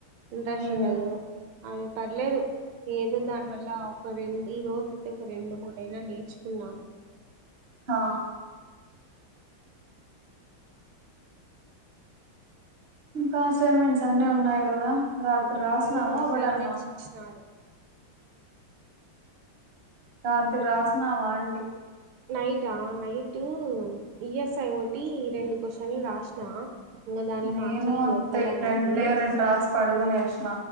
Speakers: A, on the right (about 75°); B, on the right (about 50°).
A: ఇంట్రెస్ట్
B: మ్మ్
A: ఉంటదు ఆమ్ పర్లేదు ఏదో దాని వల్ల ఒక రెండు ఈ రోజు అయితే ఒక రెండు మూడుయినా నేర్చుకుందాం
B: హా ఇంకా అసైన్మెంట్స్ అన్ని ఉన్నాయి కదా రాత్రి రాసినవా
A: అవును అసైన్మెంట్స్
B: ఒకటన్నా
A: ఇచ్చినారు
B: రాత్రి రాసినవా ఆంటి
A: నైటా నైటు ఈఎస్ఐ ఒకటి రెండు క్వశ్చన్లు రాసిన ఇం దాంట్లో
B: నేను
A: ఆన్సర్లు
B: అంతే
A: దొరుకాలే అని
B: రెండే
A: చెప్పి
B: రెండు రాసి పడుకునేసిన